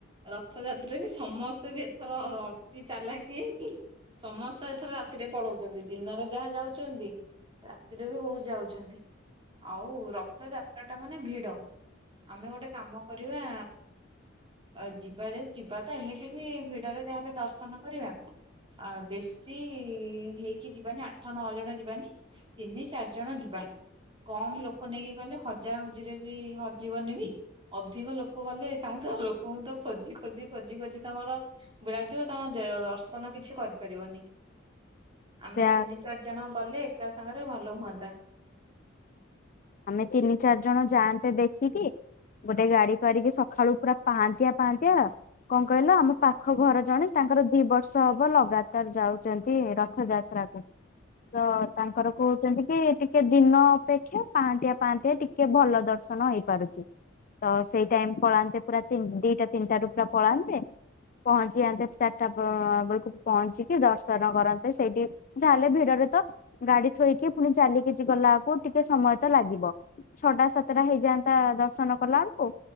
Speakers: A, on the right; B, on the left.
A: ରଥଯାତ୍ରା ବି ସମସ୍ତେ ବି ଏଥର ଅତି ଚାଲାକି ହେଇକି ସମସ୍ତେ ଏଥର ରାତିରେ ପଳଉଚନ୍ତି ଦିନରେ ଯାହା ଯାଉଚନ୍ତି। ରାତିରେ ବି ବହୁତ୍ ଯାଉଚନ୍ତି ଆଉ ରଥ ଯା ତ୍ରା ଟା ମାନେ ଭିଡ ଆମେ ଗୋଟେ କାମ କରିବା ଆଉ ଯିବା ଯଦି ଯିବା ତ ଏମିତି ବି ଭିଡରେ ଯାହା ହେଲେ ଦର୍ଶନ କରିବା। ଆଉ ବେଶୀ ହେଇକି ଯିବାନି ଆଠ ନଅ ଜଣ ଯିବାନି। ତିନି ଚାରି ଜଣ ଯିବା କମ ଲୋକ ନେଇକି କହଲେ ହଜା ହଜିରେ, ବି ହଜିବନି ବି। ଅଧିକ ଲୋକ ଗଲେ, ତାଙ୍କୁ ଲୋକଙ୍କୁ ତ ଖୋଜିଖୋଜି, ଖୋଜିଖୋଜି ତମର ବେଳଯିବ। ଦର୍ଶନ କିଛି କରିପାରିବନି, ଆମେ
B: ସେୟା
A: ତିନି ଚାରି ଜଣ ଗଲେ, ଏକା ସାଙ୍ଗ ରେ ଭଲ ହୁଅନ୍ତା।
B: ଆମେ ତିନି ଚାରି ଜଣ ଯାଆନ୍ତେ ଦେଖିକି, ଗୋଟେ ଗାଡି କରିକି, ସକାଳୁ ପୁରା ପାହାନ୍ତି <inaudible> କଣ କହିଲ, ଆମ ପାଖ ଘର ଜଣେ ତାଙ୍କର ଦି ବର୍ଷ ହବ ଲଗାତାର ଯାଉଛନ୍ତି ରଥଯାତ୍ରା କୁ ତ ତାଙ୍କର କହୁଛନ୍ତି କି, ଟିକେ ଦିନ ଅପେକ୍ଷା ପାନ୍ତିଆ, ପାନ୍ତିଆ ଟିକେ ଭଲ ଦର୍ଶନ ହେଇ ପାରୁଛି। ତ ସେଇ ଟାଇମ ପଳାନ୍ତେ ପୁରା ଦିଟା ତିନିଟାରୁ ପୁରା ପଳାନ୍ତେ ପହଞ୍ଚି ଯାନ୍ତେ, ଚାରିଟା ବେଳକୁ ପହଞ୍ଚିକି, ଦର୍ଶନ କରନ୍ତେ ସେଇଠି ଯାହାେଲେ ଭିଡରେ ତ ଗାଡି ଥୋଇକି, ପୁଣି ଚାଲ କିିଛି ଗଲା ବକୁ ଟିକେ ସମୟ ତ ଲାଗିବ। ଛଅଟା, ସାତଟା ହେଇଯାଆନ୍ତା ଦର୍ଶନ କଲା ବଳକୁ